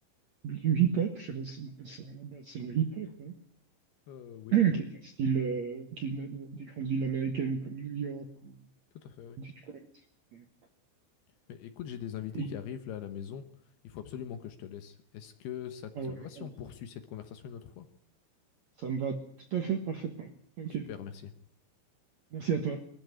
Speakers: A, on the right (about 65°); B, on the left (about 70°).
A: du hip-hop. Je sais pas si on appelle ça là-bas, c'est le hip-hop, hein,
B: Euh, oui,
A: <clears throat> qui est un style euh, qui venait de- des grandes villes américaines comme New York ou
B: tout à fait, oui.
A: Detroit. Ouais.
B: Mais écoute, j'ai des invités
A: Puis,
B: qui arrivent là à la maison. Il faut absolument que je te laisse. Est-ce que ça te
A: ah ouais,
B: va si
A: ouais,
B: on poursuit cette conversation une autre fois?
A: ça me va tout à fait parfaitement. Ok.
B: Super, merci.
A: Merci à toi.